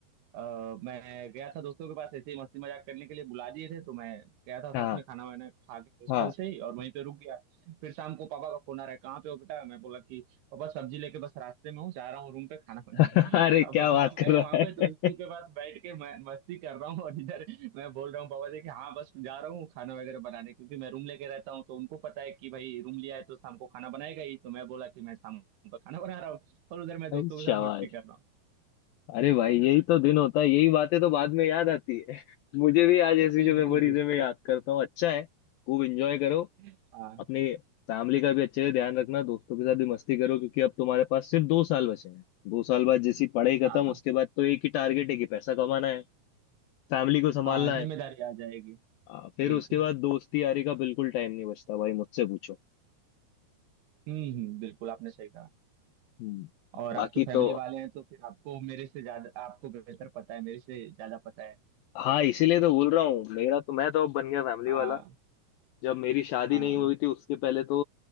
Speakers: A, on the right (about 80°); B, on the left (about 75°).
A: आ, मैं गया था दोस्तों के पास ऐसे ही मस्ती मजाक करने के लिए बुला दिए थे तो मैं गया था
B: हाँ
A: साथ में खाना वाना खा के हॉस्टल
B: हाँ
A: से ही और वहीं पे रुक गया फिर शाम को पापा का फोन आ रहा है कहाँ पे हो बेटा मैं बोला कि और बस सब्जी लेके बस रास्ते में हूँ जा रहा हूँ रूम पे खाना बनाने
B: <laughs> अरे क्या
A: अब बताओ
B: बात कर
A: मैं
B: रहा
A: वहां पे दोस्तों
B: है
A: के पास बैठ के मैं मस्ती कर रहा हूँ और इधर मैं बोल रहा हूँ बाबा जी कि हाँ बस जा रहा हूँ खाना वगैरह बनाने क्योंकि मैं रूम लेके रहता हूँ तो उनको पता है कि भाई रूम लिया है तो शाम को खाना बनाएगा ही तो मैं बोला कि मैं शाम को खाना बना रहा हूँ और उधर मैं
B: <laughs> अरे
A: दोस्तों
B: शाबाश
A: के साथ मस्ती कर रहा हूँ
B: अरे भाई यही तो दिन होता है यही बातें तो बाद में याद आती है <laughs> मुझे भी आज ऐसी
A: बिल्कुल
B: जो मेमोरीज
A: बिल्कुल
B: है मैं याद करता हूँ अच्छा है खूब एंजॉय करो
A: हाँ
B: अपनी फैमिली का भी अच्छे से ध्यान रखना दोस्तों के साथ भी मस्ती करो क्योंकि अब तुम्हारे पास सिर्फ दो साल बचे हैं दो साल बाद जैसी पढ़ाई
A: हाँ
B: खत्म
A: हाँ
B: उसके बाद तो एक ही टारगेट है कि पैसा कमाना है फैमिली को संभालना
A: हाँ जिम्मेदारी
B: है
A: आ जाएगी
B: हाँ, फिर
A: बिल्कुल
B: उसके बाद दोस्ती यारी का बिल्कुल टाइम नहीं बचता भाई मुझसे पूछो
A: हम्म हम्म बिल्कुल आपने सही कहा
B: हम्म,
A: और
B: बाकी
A: आप तो फैमिली
B: तो
A: वाले हैं तो फिर आपको मेरे से ज्यादा आपको बेहतर पता है मेरे से ज्यादा पता है
B: हाँ इसीलिए तो बोल रहा हूँ मेरा तो मैं तो अब बन गया फैमिली
A: हाँ
B: वाला जब मेरी शादी
A: हाँ
B: नहीं हुई थी उसके पहले तो